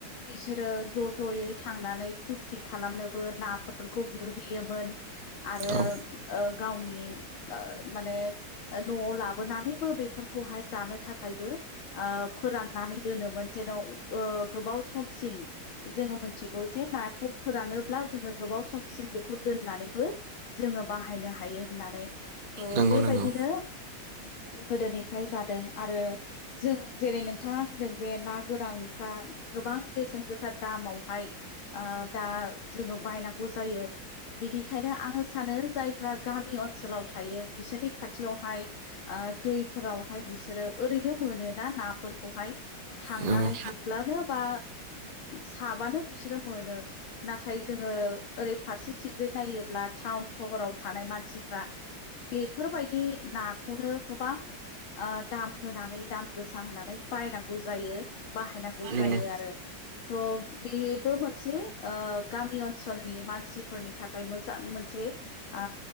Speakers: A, on the left; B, on the right.
A: बिसो रो ज' ज'यै थांनानै फुरथि खालामनोबो नाफोरखौ गुरहैयोमोन आरो
B: औ
A: ओ गावनि ओ माने न'आव लाबोनानैबो बे फोरहाय जानो थाखायबो ओ फोराननानै दोनोमोन जेन' गोबाव सम जोङो मिथिगौ जे ना खौ फोरानोब्ला जोङो गोबाव समसिम बेखौ दोननानैबो जोङो बाहायनो हायो होननानै। थ'
B: नंगौ
A: बेबायदिनो
B: नंगौ
A: गोदोनिफ्राय जादों आरो जों जेरै नोंथाङा होनदों जे ना गोरानफ्रा गोबां बेसेन गोसा दामावहाय ओ दा जोङो बायनांगौ जायो बिनिखायनो आङो सानो जायफ्रा गामि ओनसोलाव थायो बिसोरनि खाथियावहाय ओ दैफोरावहाय बिसोरो ओरैनो मोनो ना नाफोरखौ हाय थांनानै
B: नंगौ
A: गुरबलानो बा साबानो बिसोर ओ नाथाय जोङो ओरै फारसेथिंजाय नायोब्ला टाउन सहराव थानाय मानसिफ्रा बेफोरबायदि नाखौनो गोबां ओ दाम होनानै दाम गोसा होनानै बाय नौ जायो बाहायनांगौ
B: नंगौ
A: जायो आरो थ बे मोनसे ओ गामि ओनसोलनि मानसिफोरनि थाखाय मोजां मोनसे आ